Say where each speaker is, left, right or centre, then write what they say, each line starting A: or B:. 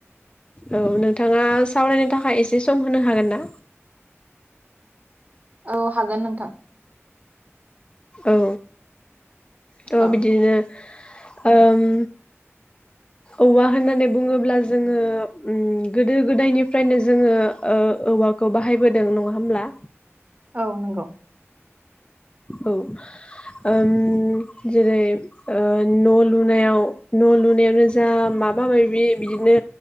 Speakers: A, on the left; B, on the right.
A: औ नोंथाङा सावरायनो थाखाय एसे सम होनो हागोन ना?
B: औ हागोन नोंथां।
A: औ। थ'
B: औ
A: बिदिनो ओम औवा होननानै बुङोब्ला जोङो उम गोदो गोदायनिफ्रायनो जोङो ओ औवाखौ बाहायबोदों नङा होमब्ला?
B: औ नंगौ।
A: औ उम जेरै ओ न' लुनायाव न' लुनायावनो जा माबा माबि बिदिनो